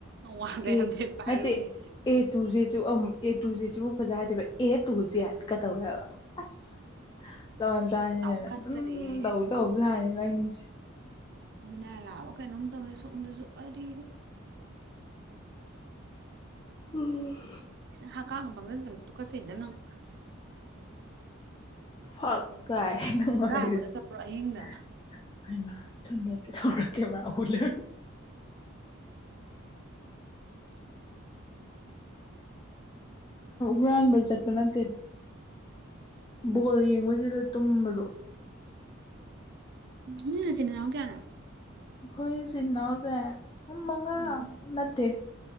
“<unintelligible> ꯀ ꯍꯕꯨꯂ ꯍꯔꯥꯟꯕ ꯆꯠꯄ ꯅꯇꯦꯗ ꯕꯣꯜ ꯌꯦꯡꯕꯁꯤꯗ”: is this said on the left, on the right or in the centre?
Left